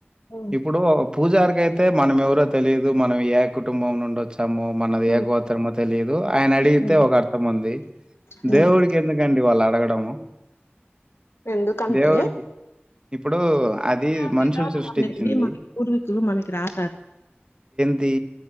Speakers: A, on the left; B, on the right.
A: హ్మ్
B: ఇప్పుడు పూజారికి అయితే అయితే మనం ఎవరో తెలిలీదు మనం ఏ కుటుంబం నుంచి వచ్చామో మనది
A: హ్మ్
B: ఏగోత్రరమో తెలియదు ఆయన అడిగితే
A: హ్మ్
B: ఒక అర్థం ఉంది
A: హ్మ్
B: దేవుడికి ఎందుకండి వాళ్ళు అడగడము
A: ఎందుకంటే
B: దేవుడికి ఇప్పుడు అది
A: పూజ
B: మనుషులు
A: విధానం
B: సృష్టిచ్చింది.
A: అనేది మన పూర్వీకులు మనకి రాశారు
B: ది